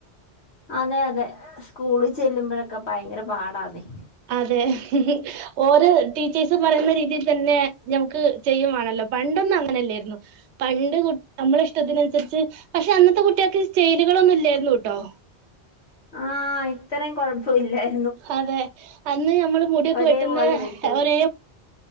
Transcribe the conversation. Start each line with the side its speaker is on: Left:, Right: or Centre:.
Left: അതെ അതെ സ്കൂളിൽ ചെല്ലുമ്പോഴൊക്കെ ഭയങ്കര പാടാന്നെ-
Right: അതെ ഓരോ ടീച്ചേഴ്സും പറയുന്ന രീതിൽ തന്നെ ഞമുക്ക് ചെയ്യുവാണല്ലോ പണ്ടൊന്നും അങ്ങനെയല്ലാരുന്നു പണ്ട് നമ്മള് ഇഷ്ടത്തിനുസരി പക്ഷെ അന്നത്തെ കുട്ടികൾക്ക് സ്റ്റെ - കുട്ടികളൊ <unintelligible> ന്നും ഇല്ലായിരുന്നു ട്ടോ
Left: ആഹ് ഇത്രയും കൊഴപ്പയില്ലാ -
Right: അതെ അന്ന് ഞമ്മള് മുടിയൊക്കെ
Left: ഒരേപോലെ
Right: വെട്ടുന്ന
Left: വെട്ടും
Right: ഒരേ